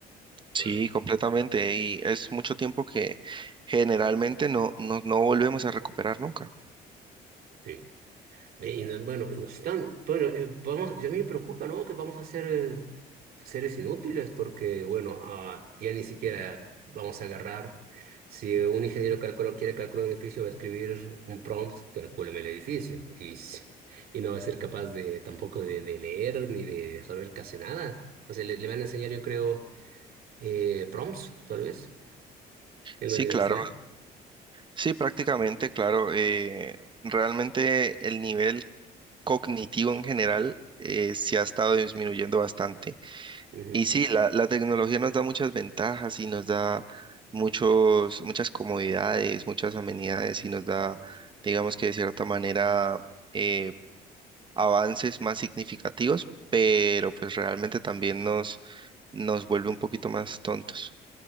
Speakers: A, on the right (about 30°); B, on the right (about 60°).
A: Sí,
B: Ah,
A: completamente. Y es mucho tiempo que generalmente no, no, no volvemos a recuperar nunca.
B: sí. Eh, Y, no- bueno, y nos están, bueno, eh, vamos, yo a mí me preocupa, ¿no? Que vamos a ser eh, seres inútiles porque, bueno, ah, ya ni siquiera vamos a agarrar. Si un ingeniero calcula- quiere calcular un edificio, va a escribir un prompt, calcúlame el edificio. Y, s- y no va a ser capaz de tampoco de, de leer ni de saber casi nada. O sea, le, le van a enseñar, yo creo, eh, prompts, tal vez, en
A: Sí,
B: la universidad.
A: claro. Sí, prácticamente, claro. eh, realmente el nivel cognitivo en general eh, sí ha estado disminuyendo bastante.
B: Ujú.
A: Y sí, la, la tecnología nos da muchas ventajas y nos da muchos, muchas comodidades, muchas amenidades y nos da, digamos que de cierta manera, eh, avances más significativos, pero pues realmente también nos, nos vuelve un poquito más tontos.